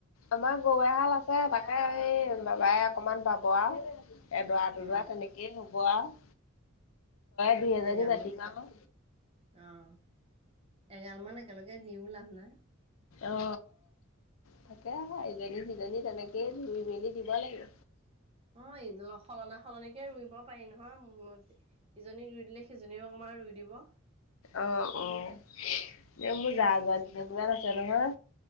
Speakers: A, on the left; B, on the right.
A: আমাৰ গৰু এহাল আছে তাকে এই বাবাই অকমান বাব আৰু। এদৰা দুডৰা
B: অ
A: তেনেকেই হ'ব আৰু। দি এজনী
B: এগাল
A: মাতিবা
B: মান
A: আক।
B: অ'! এগালমান একেলগে দিওঁ লাভ নাই।
A: অ'! তাকেহে, ইজনী-সিজনী তেনেকেই, ৰোই-মেলি দিব লাগে।
B: অ'! ইজ, সলনা-সলনিকে ৰোইব পাৰি নহয়। ইজনী ৰোই দিলে, সিজনী অকমান <unintelligible> ৰুই দিব।
A: অ' অহ। এ মোৰ
B: তেনেকে
A: জা -জোৱলি দুজনী মান আছে নহয়।